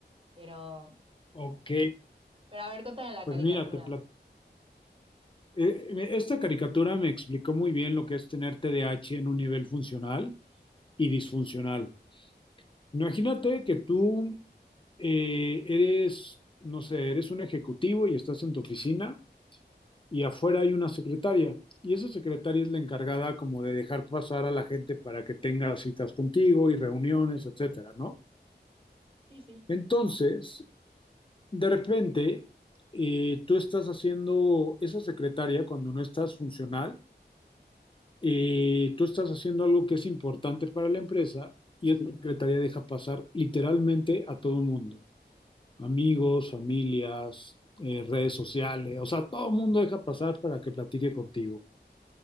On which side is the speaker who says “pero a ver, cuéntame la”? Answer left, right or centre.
Right